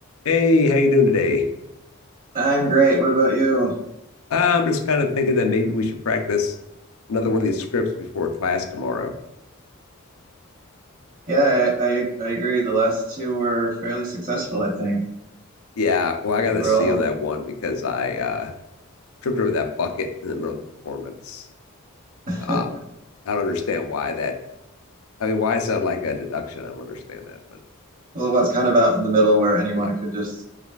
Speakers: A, on the left; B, on the right.
A: Hey, how you doing today?
B: I'm great. What about you?
A: Uh, I'm just kind of thinking that maybe we should practice another one of these scripts before class tomorrow.
B: Yeah, I, I I agree. The last two were fairly successful, I think,
A: Yeah, well, I got
B: overall.
A: a C on that one because I uh, tripped over that bucket in the middle of the performance.
B: <laughs>
A: Um, I don't understand why that. I mean, why is that like a deduction? I don't understand that. But
B: Well, what's kind of out in the middle where anyone
A: yeah,
B: could just